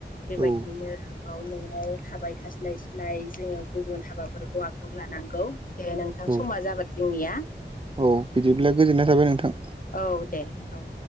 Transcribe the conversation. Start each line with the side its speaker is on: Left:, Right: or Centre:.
Left: बेबायदिनो
Right: औ
Left: औ न'आव थाबाय थास्लाय स्लाय जोङो गुबुन हाबाफोरखौ आखायाव लानांगौ दे नोंथां
Right: औ
Left: समा जाबाय जोंनिया
Right: औ बिदिब्ला गोजोननाय थाबाय नोंथां
Left: औ दे औ